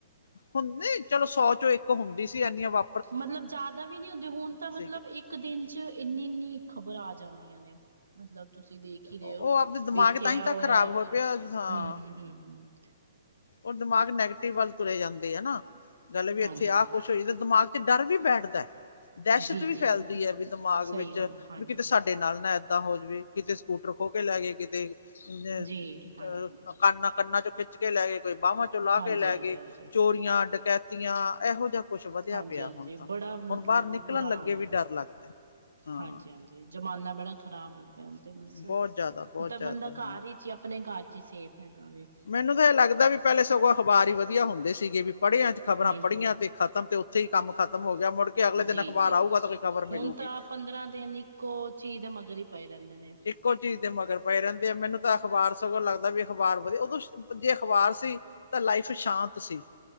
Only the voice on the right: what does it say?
ਮਤਲਬ ਜਿਆਦਾ ਵੀ ਨਹੀਂ ਹੁੰਦੇ ਹੁਣ ਤਾਂ ਮਤਲਬ
ਇੱਕ ਦਿਨ ਚ ਇੰਨੀ ਇੰਨੀ ਖ਼ਬਰ ਆ ਜਾਂਦੀਆਂ ਨੇ, ਮਤਲਬ ਤੁਸੀਂ ਦੇਖ ਹੀ ਰਹੇ
ਹੋ
ਵੀ, ਇੱਥੇ
ਆ
ਹੋਇਆ
ਹਮ
ਹਮ ਹ ਹ।
ਹਾਂਜੀ
ਜੀ
ਜੀ
ਜੀ
ਸਹੀ
ਗੱਲ ਹਾਂਜੀ
ਹਾਂਜੀ
ਜੀ ਹਾਂਜੀ
ਹਾਂਜੀ
ਹਾਂਜੀ
ਹਾਂਜੀ
ਹਾਂਜੀ
ਹਾਂਜੀ
ਬੜਾ
ਮਤਲਬ
ਬੁਰਾ
ਹਾਲ ਹੋ
ਗਿਆ
ਹਾਂਜੀ ਹਾਂਜੀ, ਜਮਾਨਾ ਬੜਾ ਖ਼ਰਾਬ ਹੋ ਗਿਆ ਤੇ ਬਸ
ਤਾਂ ਬੰਦਾ
ਘਰ ਹੀ 'ਚ ਹੀ ਆਪਣੇ ਘਰ ਚ ਹੀ ਸੇਫ ਹੈਗਾ ਵ
ਹਮ
ਹਮ
ਜੀ
ਜੀ
ਹੁਣ
ਤਾਂ ਪੰਦਰਾਂ ਦਿਨ ਇੱਕੋ ਚੀਜ਼ ਦੇ ਮਗਰ ਹੀ ਪਏ ਰਹਿੰਦੇ ਨੇ